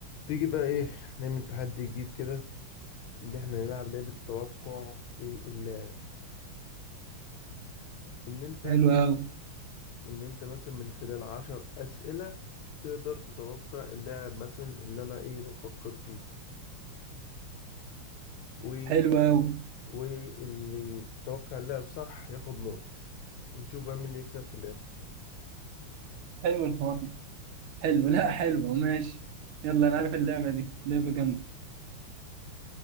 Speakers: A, on the left; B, on the right.
A: تيجي بقى ايه نعمل تحدي جديد كده ان احنا نلعب لعبة توقع ايه اللاعب ان انت
B: حلو أوي
A: ان انت مثلا من خلال عشر اسئلة تقدر تتوقع اللاعب مثلا اللي انا ايه بفكر فيه و
B: حلو أوي
A: واللي يتوقع اللاعب صح ياخد نقطة ونشوف بقى مين اللي يكسب في الاخر
B: حلو الحوار ده. حلو لا حلو ماشي يلا أنا عارف اللعبة دي لعبة جامدة